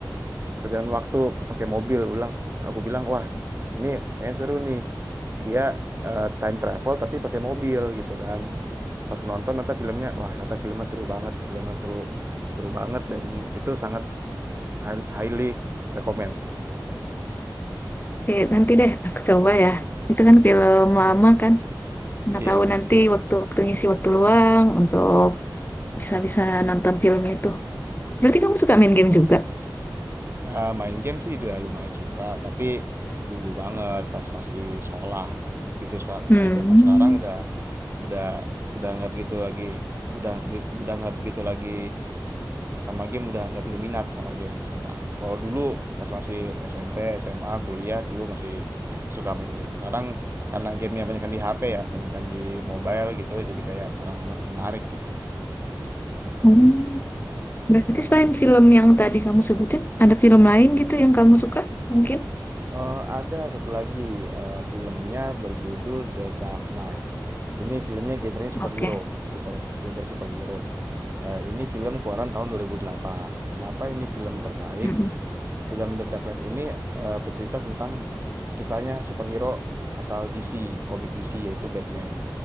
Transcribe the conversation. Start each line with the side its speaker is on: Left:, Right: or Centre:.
Right: perjalanan waktu pakai mobil ulang aku bilang wah ini kayaknya seru nih dia eh, time travel tapi pakai mobil gitu kan pas nonton nonton filmnya wah nonton filmnya seru banget filmnya seru seru banget dan itu sangat high- highly recommend
Left: Oke, nanti deh aku coba ya. Itu kan film lama kan. Nggak
Right: iya
Left: tahu nanti waktu-waktu ngisi waktu luang untuk bisa-bisa nonton film itu. Berarti kamu suka main game juga?
Right: Eh, main game sih udah lumayan suka tapi dulu banget pas masih sekolah begitu sekarang begitu
Left: Hmm.
Right: zaman sekarang udah Udah udah nggak begitu lagi, udah nggak udah nggak begitu lagi sama game, udah nggak begitu minat sama game sekarang. Kalau dulu pas masih SMP, SMA, kuliah dulu masih suka main game. Sekarang karena gamenya banyakan di HP ya, banyakan di mobile gitu, jadi kayak kurang men- menarik gitu.
Left: Oh. Berarti selain film yang tadi kamu sebutin, ada film lain gitu yang kamu suka? Mungkin?
Right: Eh, ada satu lagi eh, filmnya berjudul The Dark Knight. Ini filmnya genrenya superhero,
Left: Oke.
Right: super genre superhero. Eh, ini film keluaran tahun 2008. Kenapa ini film terbaik?
Left: Mm-mm.
Right: Film The Dark Knight ini eh, bercerita tentang kisahnya superhero asal DC, komik DC yaitu Batman.